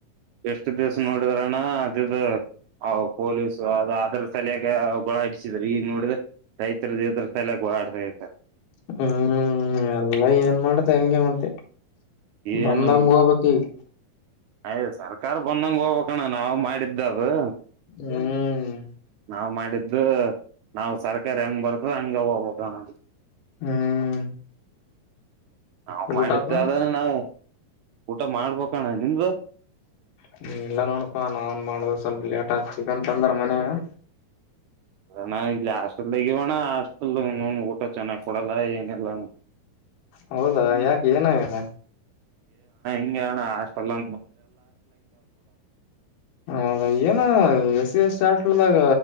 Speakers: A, on the right; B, on the left.
A: ಎಷ್ಟು ದಿವ್ಸ ನೋಡಿದ್ರಣ್ಣ ಅದುದು. ಹ ಪೊಲೀಸು ಅದು ಅದ್ರ ತಲಯಾಗ ಗಳ ಹಡಸಿದ್ರ ಈಗ ನೋಡಿದ ರೈತರದದು ಇದ್ರ ತಲ. <unintelligible>
B: ಹ್ಮ್ ಎಲ್ಲ ಏನ್ ಮಾಡ್ದ ಹಂಗಗೆ ಮತ್ತೆ.
A: ಏನು
B: ಬಂದ ಹೋಗಬಾತೀವಿ.
A: ಅಯ ಸರ್ಕಾರ ಬಂದಂಗ ಹೋಗ್ಕಣ್ಣ ನಾವವು ಮಾಡಿದ್ದದು.
B: ಹ್ಮ್.
A: ನಾವ್ ಮಾಡಿದ್ದ್ ನಾವ್ ಸರ್ಕಾರ ಹೆಂಗ್ ಬರುತ್ತ. ಹಂಗೆ ಹೋಗ್ಬೇಕು.
B: ಹ್ಮ್
A: ನಾವ್ ಮಾಡಿದ್ದೆ
B: ಊಟಪ್ಪ
A: ಆದ್ರ ನಾ ಊಟ ಮಾಡ್ಬೇಕಣ. ನಿಮ್ದು
B: ಹ್ಮ ಎಲ್ಲ ನೋಡಪಾ ನಾನ್ ಮಾಡುದು ಸ್ವಲ್ಪ. ಚಿಕನ್ ತಂದ್ರ ಮನ್ಯಾಗ.
A: ಅಣ್ಣ ಇಲ್ಲಿ ಹಾಸ್ಟೆಲ್ದಾಗವಣ್ಣ ಹಾಸ್ಟೆಲ್ ನ ಊಟ ಚೆನ್ನಾಗ್ ಕೊಡಲ್ಲ ಏನ ಇಿಲ್ಲಣ್ಣ.
B: ಹೌದಾ ಯಾಕೆ ಏನಾವ್ಯಾರ.
A: ಹ ಆಷ್ಟಲ್ಲ.
B: ಹೌದ ಏನ ಎಸ ಎ. ಾದಾಗ